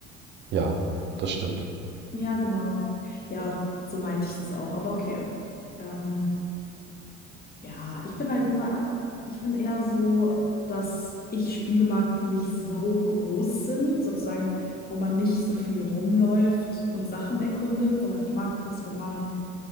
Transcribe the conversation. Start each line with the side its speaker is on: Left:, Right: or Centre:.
Right: Ja, das stimmt.
Left: Ja, genau. Ja, so meinte ich das auch, aber okay. Ähm, Ja, ich bin halt immer, ich bin eher so, dass ich Spiele mag, die nicht so groß sind, sozusagen, wo man nicht so viel rumläuft und Sachen erkundet, sondern ich mag das, wenn man,